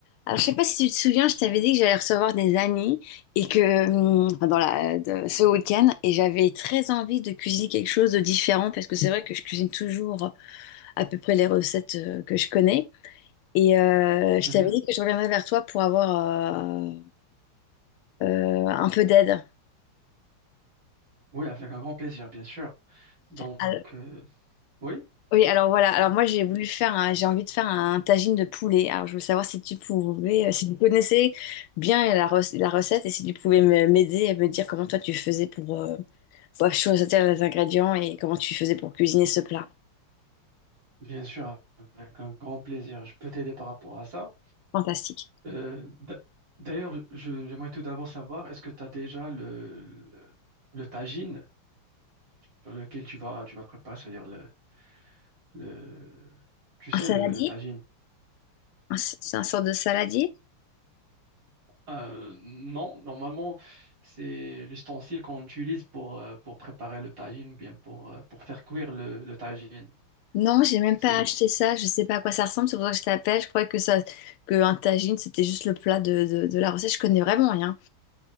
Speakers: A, on the left (about 80°); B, on the right (about 55°).
A: Alors, je sais pas si tu te souviens, je t'avais dit que j'allais recevoir des amis et que hum, enfin, dans la, de- ce week-end et j'avais très envie de cuisiner quelque chose de différent parce que c'est vrai que je cuisine toujours à peu près les recettes euh, que je connais et euh, je
B: Mhm.
A: t'avais dit que je reviendrais vers toi pour avoir euh, euh, un peu d'aide.
B: Oui, avec un grand plaisir, bien sûr. Donc,
A: Alors-
B: euh, oui,
A: oui, alors voilà. Alors moi j'ai voulu faire, un- j'ai envie de faire un tagine de poulet. Alors je veux savoir si tu pouvais, euh, si tu connaissais bien la, rec- la recette et si tu pouvais me- m'aider et me dire comment toi tu faisais pour euh, Bref, je sauter les ingrédients et comment tu faisais pour cuisiner ce plat.
B: bien sûr, avec un grand plaisir. Je peux t'aider par rapport à ça.
A: Fantastique.
B: Euh, d'a- d'ailleurs, je- j'aimerais tout d'abord savoir, est-ce que tu as déjà le, le, le tagine sur lequel tu vas, tu vas préparer, c'est-à-dire le, le, tu sais,
A: Un saladier?
B: le, le tagine?
A: Un s- C'est un sort de saladier?
B: Euh, non, normalement, c'est l'ustensile qu'on utilise pour, euh, pour préparer le tagine, ou bien pour, euh, pour faire cuire le, le tagine.
A: Non, j'ai même
B: C'est
A: pas
B: le,
A: acheté ça.
B: <laughs>
A: Je sais pas à quoi ça ressemble. C'est pour ça que je t'appelle. Je croyais que ça, que un tagine, c'était juste le plat de, de, de la recette. Je connais vraiment rien.